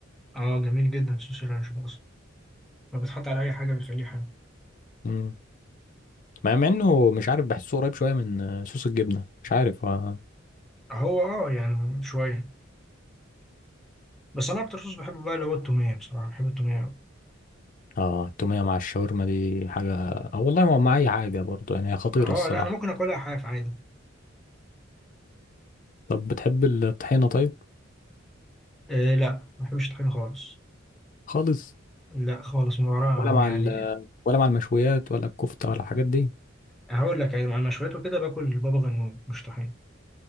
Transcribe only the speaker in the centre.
اه جميل جدا صوص الرانش ده اصلا ما بتحط على اي حاجة بيخليه حلو
هو اه يعني شوية بس انا اكتر صوص بحبه بقى اللي هو التومية بصراحة بحب التومية اوي
اه
لا انا ممكن اكلها حاف عادي
إيه لا ما بحبش الطحينة خالص
لا خالص من ورا
يعني
هقول لك يعني مع المشويات وكده باكل بابا غنوج مش طحينة